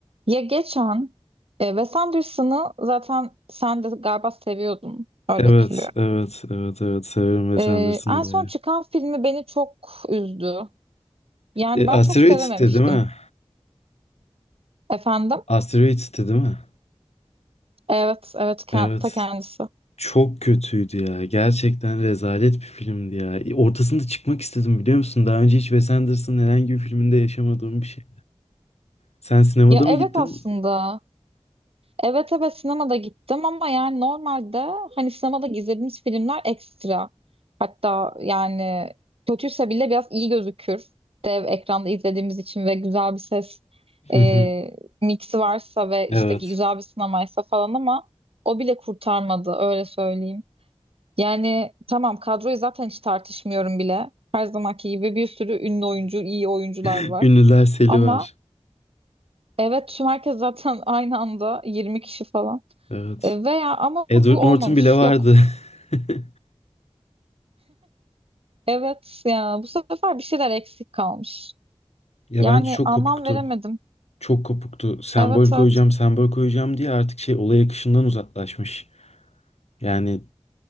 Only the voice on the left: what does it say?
Evet,
evet, evet, evet. Severim Wes
Anderson
be.
E,
Asteroids'ti
değil mi?
Asteroids'ti değil mi?
Evet.
Çok kötüydü ya. Gerçekten rezalet bir filmdi ya. E, Ortasında çıkmak istedim biliyor musun? Daha önce hiç Wes Anderson'ın herhangi bir filminde yaşamadığım bir şey. Sen sinemada
mı
gittin?
Hı
hı.
Evet.
<laughs>
Ünlüler seli
var.
Evet.
Edward
Norton
bile vardı.
<laughs>
Ya
bence çok
kopuktu.
Çok kopuktu. Sembol
koyacağım, sembol koyacağım diye artık şey olay akışından uzaklaşmış. Yani